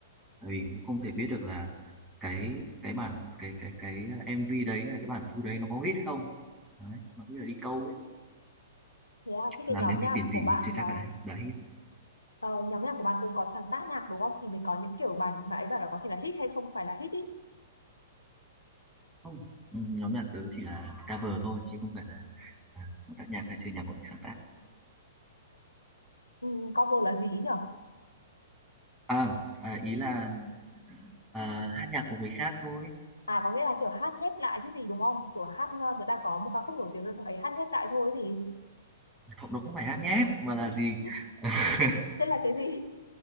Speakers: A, in the centre; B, on the left (about 85°).
A: tại vì cũng không thể biết được là cái cái bản cái cái cái MV đấy hay là cái bản thu đấy nó có hit không đấy nó như là đi câu ấy
B: thế à thế cái
A: làm
B: nhóm
A: MV
B: nhạc
A: tiền
B: của
A: tỷ
B: bạn
A: nhưng chưa chắc
B: ờ,
A: đã đã hit
B: ờ, nhóm nhạc của bạn cũng có sáng tác nhạc đúng không thì mình có những kiểu bạn nãy bảo là có thể là hit hay không phải là hit ý
A: không ừ, nhóm nhạc tớ chỉ là cover thôi chứ không phải là à, sáng tác nhạc hay chơi nhạc của mình sáng tác
B: ừ, cover là gì ý nhở
A: à, à ý là à, hát nhạc của người khác thôi
B: à có nghĩa là kiểu hát nhép lại chứ gì đúng không kiểu hát ờ, người ta có một ca khúc nổi tiếng rồi xong ấy hát nhép lại thôi gì
A: không nó không phải hát nhép mà là
B: <laughs>
A: gì <laughs>
B: thế là cái gì